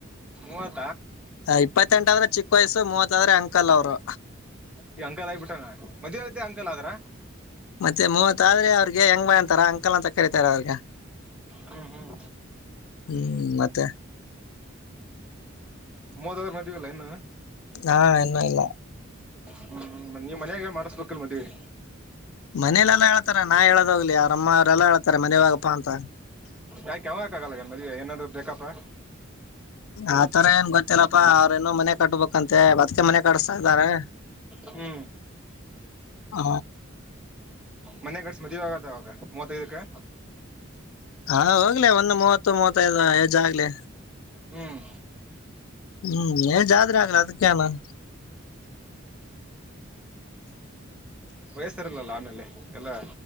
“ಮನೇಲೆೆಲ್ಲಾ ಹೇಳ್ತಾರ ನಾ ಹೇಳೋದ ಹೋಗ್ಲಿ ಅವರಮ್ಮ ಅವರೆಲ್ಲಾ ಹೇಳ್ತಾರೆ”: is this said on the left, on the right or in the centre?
Left